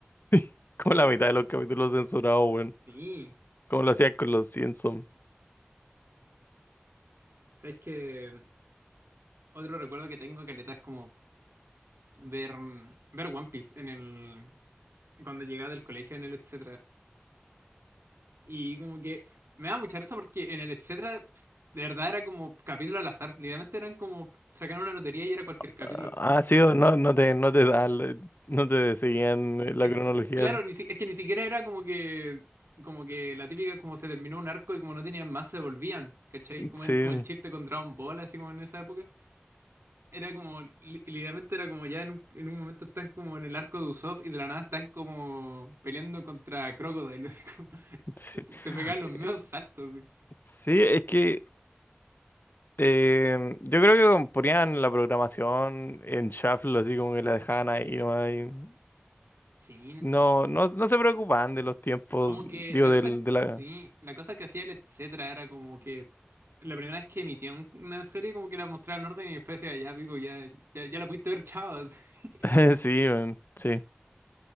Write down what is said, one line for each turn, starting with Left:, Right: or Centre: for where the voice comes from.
Left: <laughs> Como la mitad de los capítulos censurados, weón.
Right: Sí.
Left: Como lo hacían con los Simpsons.
Right: ¿Sabes que Otro recuerdo que tengo, caleta, es como ver, ver One Piece en el, cuando llegaba del colegio en el etcétera Y como que me da mucha risa porque en el etcétera, de verdad era como capítulo al azar. Literalmente eran como sacar una lotería y era cualquier capítulo.
Left: Ah, ah, sí, o no, no te, no te dan, la- no te seguían
Right: Que-
Left: eh, la
Right: es
Left: cronología.
Right: Claro, ni si- es que ni siquiera era como que, como que la típica como se terminó un arco y como no tenían más se volvían, ¿cachai? Como
Left: Sí,
Right: el, como el chiste con Dragon Ball, así como en esa época. Era como, li- literalmente era como ya en un, en un momento están como en el arco de Usopp y de la nada están como peleando contra Crocodile, así como- <laughs>
Left: sí.
Right: se,
Left: <laughs>
Right: se pegaban los medios saltos.
Left: Sí, es que Eh, yo creo que ponían la programación en shuffle, así como que la dejaban ahí nomás, y
Right: así.
Left: No,
Right: Sí,
Left: no, no se preocupaban de los tiempos,
Right: Como que
Left: digo,
Right: la
Left: del,
Right: cosa que,
Left: de la...
Right: sí, la cosa que hacía el etcétera era como que la primera vez que emitía un- una serie como que la mostraba en orden y después decía, ya pico, ya, ya, ya la pudiste ver, chavos. <laughs>
Left: <laughs> Sí, weón, sí.